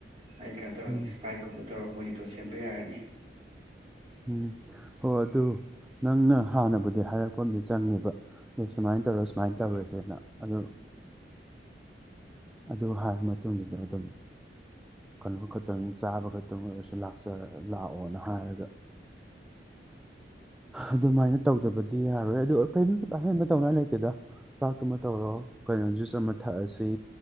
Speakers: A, on the right; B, in the centre.
A: ꯍꯥꯏ ꯀꯥꯏ ꯇꯧꯅꯤ
B: ꯎꯝ
A: ꯏꯁ ꯄꯥꯏ ꯀꯨꯝ ꯇꯧꯔ ꯃꯣꯏꯒꯤꯗꯣ ꯁꯦꯝꯕ ꯌꯥꯔꯦ ꯎ
B: ꯎꯝ ꯍꯣ ꯑꯗꯨ ꯅꯪꯅ ꯍꯥꯟꯅꯕꯨꯗꯤ ꯍꯥꯏꯔꯛꯄ ꯑꯃꯗꯤ ꯆꯪꯉꯦꯕ ꯑꯦ ꯁꯨꯃꯥꯏꯅ ꯇꯧꯔ ꯁꯨꯃꯥꯏꯅ
A: ꯍꯣꯏ
B: ꯇꯧꯔꯁꯦꯅ ꯑꯗꯣ ꯑꯗꯨ ꯍꯥꯏꯔ ꯃꯇꯨꯡꯗꯨꯗ ꯑꯗꯨꯝ ꯀꯩꯅꯣ ꯈꯛꯇꯪ ꯆꯥꯕ ꯈꯛꯇꯪ ꯑꯣꯏꯔꯁꯨ ꯂꯥꯛꯆ ꯂꯥꯛꯑꯣꯅ ꯍꯥꯏꯔꯒ ꯑꯗꯨꯃꯥꯏꯅ ꯇꯧꯗꯕꯗꯤ ꯌꯥꯔꯣꯏ ꯑꯗꯨ ꯀꯔꯤ ꯑꯍꯦꯟꯕ ꯇꯧꯅ ꯂꯩꯇꯦꯗ ꯆꯥꯛꯇꯨꯃ ꯇꯧꯔꯣ ꯀꯩꯅꯣ ꯖꯨꯁ ꯑꯃ ꯊꯛꯑꯁꯤ